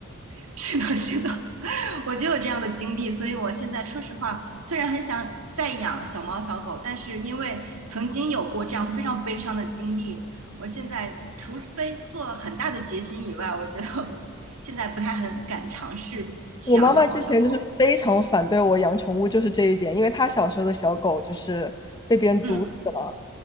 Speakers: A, on the right (about 85°); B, on the left (about 20°).
A: <laughs> 是的，是的，我就有这样的经历，所以我现在说实话，虽然很想再养小猫小狗，但是因为曾经有过这样非常悲伤的经历，我现在除非做了很大的决心以外，我觉得我现在不太很敢尝试去养小猫小狗。
B: 我妈妈之前就是非常反对我养宠物，就是这一点，因为她小时候的小狗就是被别人毒死了，
A: 嗯